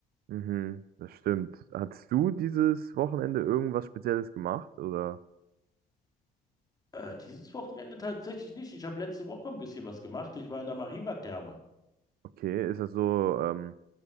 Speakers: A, on the right (about 65°); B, on the left (about 20°).
A: Mhm, das stimmt. Hattest du dieses Wochenende irgendwas Spezielles gemacht? Oder
B: Äh, dieses Wochenende tatsächlich nicht. Ich habe letzte Woche ein bisschen was gemacht. Ich war in der Mariba-Therme.
A: okay, ist das so ähm,